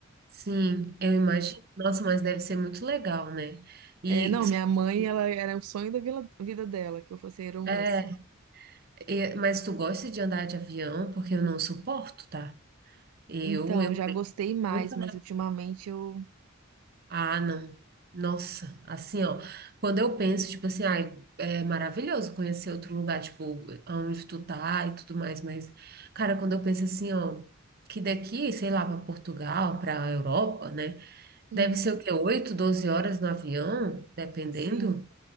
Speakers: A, on the right; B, on the right.
A: Sim, eu imagino. Nossa, mas deve ser muito legal, né? E
B: É, não,
A: só
B: minha mãe,
A: que,
B: ela era o sonho da vila- vida dela, que eu fosse aeromoça.
A: é, e- mas tu gosta de andar de avião? Porque eu não suporto, tá? Eu,
B: Então,
A: eu
B: já
A: mesmo
B: gostei mais,
A: nunca,
B: mas
A: né?
B: ultimamente eu.
A: Ah, não. Nossa, assim, ó, quando eu penso, tipo assim, ai, é maravilhoso conhecer outro lugar, tipo, aonde tu tá e tudo mais, mas, cara, quando eu penso assim, ó, que daqui, sei lá, para Portugal, para Europa, né?
B: Uhum,
A: Deve ser o quê? oito 12 horas no avião, dependendo.
B: sim.